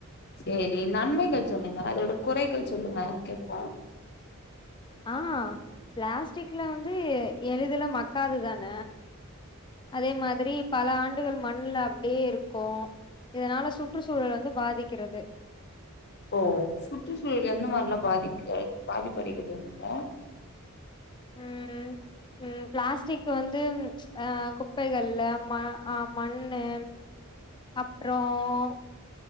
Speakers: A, on the left; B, on the left.
A: சேரி நன்மைகள் சொன்னீங்க அதோட குறைகள் சொல்லுங்க கேட்போ
B: ஆ பிளாஸ்டிக்ல வந்து எளிதுல மக்காது தான அதே மாதிரி பல ஆண்டுகள் மண்ல அப்டியே இருக்கு இதனால சுற்று சூழல் வந்து பாதிக்கறது
A: ஓ சுற்றுச்சூழல் எந்த மாதிரிலா பாதிக்க பாதிப்படைகுதுங்க
B: ம். ம் பிளாஸ்டிக் வந்து அ குப்பைகள்ல ம ஆ மண்ணு அப்றம்